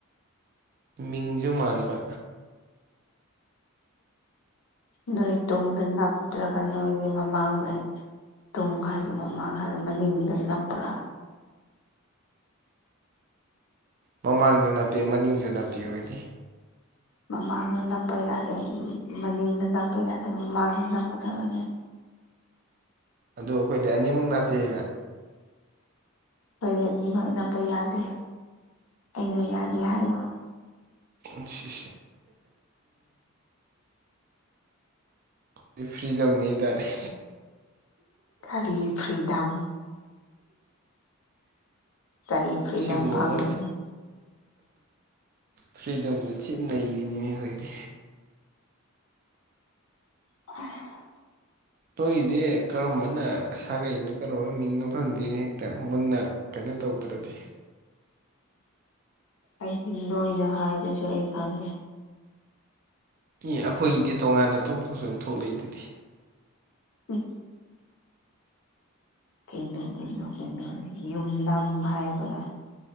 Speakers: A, on the right; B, on the left.
A: ꯃꯤꯡꯁꯨ ꯃꯥꯟꯕ
B: ꯅꯣꯏ ꯇꯨꯡꯗ ꯅꯞꯇ꯭ꯔꯒ ꯅꯣꯏꯗꯤ ꯃꯃꯥꯡꯗ ꯇꯨꯡ ꯍꯥꯏꯁꯦ ꯃꯃꯥꯡ ꯍꯥꯏꯔ ꯃꯅꯤꯡꯗ ꯅꯞꯄ꯭ꯔꯥ
A: ꯃꯃꯥꯡꯁꯨ ꯅꯥꯄꯤ ꯃꯅꯤꯡꯁꯨ ꯅꯥꯄꯤ ꯑꯣꯏꯗꯤ
B: ꯃꯃꯥꯡꯗ ꯅꯞꯄ ꯌꯥꯗꯦ ꯃꯅꯤꯡꯗ ꯅꯞꯄ ꯌꯥꯗꯦ ꯃꯃꯥꯡꯗ ꯅꯞꯀꯗꯕꯅꯤ
A: ꯑꯗꯨ ꯑꯩꯈꯣꯏꯗꯤ ꯑꯅꯤꯃꯨꯛ ꯅꯥꯞꯄꯤꯕ
B: ꯑꯩꯣꯏꯗꯤ ꯑꯅꯤꯃꯛ ꯅꯞꯄ ꯌꯥꯗꯦ ꯑꯩꯅ ꯌꯥꯗꯦ ꯍꯥꯏꯌꯨ
A: ꯎꯁꯤ ꯑꯩ ꯐ꯭ꯔꯤꯗꯝꯅꯤꯗꯔꯩ
B: ꯀꯔꯤ ꯐ꯭ꯔꯤꯗꯝꯝ ꯆꯩ ꯐ꯭ꯔꯤꯗꯝ
A: ꯁꯤꯒꯃꯅ
B: ꯐꯪꯉꯅꯤ
A: ꯐ꯭ꯔꯤꯗꯝꯗ ꯊꯤ ꯅꯩꯔꯤꯅꯤꯅꯦ ꯑꯩꯈꯣꯏꯗꯤ
B: ꯑ
A: ꯅꯣꯏꯒꯤꯗꯤ ꯀꯔꯝꯕꯅ ꯁꯥꯒꯅꯣ ꯀꯔꯝꯕꯅ ꯃꯤꯡꯅꯣ ꯈꯪꯗꯦꯅ ꯍꯦꯛꯇ ꯃꯨꯟꯅ ꯀꯩꯅꯣ ꯇꯧꯗ꯭ꯔꯗꯤ
B: ꯑꯩꯗꯤ ꯅꯣꯏꯗ ꯍꯥꯏꯗꯨꯁꯨ ꯑꯩ ꯐꯪꯉꯦ
A: ꯏ ꯑꯩꯈꯣꯏꯒꯤꯗꯤ ꯇꯣꯉꯥꯟꯅ ꯇꯧ ꯇꯧꯁꯨꯪ ꯊꯣꯛꯣꯛꯂꯛꯏꯗꯨꯗꯤ
B: ꯎꯝ ꯀꯩꯅꯣ ꯀꯩꯅꯣ ꯀꯩꯅꯣ ꯌꯨꯝꯗꯝ ꯍꯥꯏꯕꯗꯥ